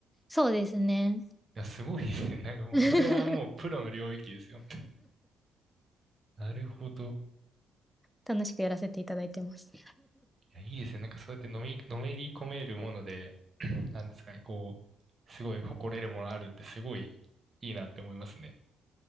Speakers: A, in the centre; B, on the right.
A: そうですね。
B: や、すごいですね。なんかもう、
A: <laughs>
B: それはもうプロの領域ですよ。<laughs> なるほど。
A: 楽しくやらせていただいてます。
B: いや、いいですね。なんかそうやってのめり、のめり込めるもので、<clears throat> なんですかね、こう、すごい誇れるものあるってすごいいいなって思いますね。